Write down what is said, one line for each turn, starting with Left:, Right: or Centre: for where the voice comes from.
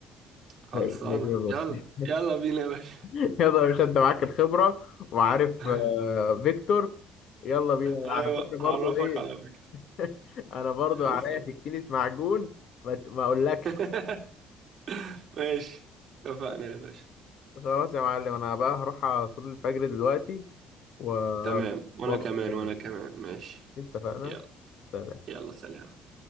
Right: خلصانه
Left: <laughs> هي- هي كده
Right: يلا
Left: بس <laughs>
Right: يلا بينا يا باشا
Left: يلا يا باشا أنت معاك الخبرة وعارف
Right: <laughs>
Left: آه، فيكتور يلا بينا
Right: ايوه
Left: على فكرة برضو
Right: هعرفك
Left: إيه
Right: على فكره
Left: انا برضو
Right: خلصانه
Left: عليا سكينة معجون ما ت- ما اقولكش
Right: <laughs> ماشي اتفقنا يا باشا
Left: خلاص يا معلم انا بقى هروح اصلي الفجر دلوقتي و
Right: تمام وانا
Left: وابقى
Right: كمان
Left: أكلمك.
Right: وانا كمان ماشي
Left: اتفقنا
Right: يلا
Left: سلام
Right: يلا سلام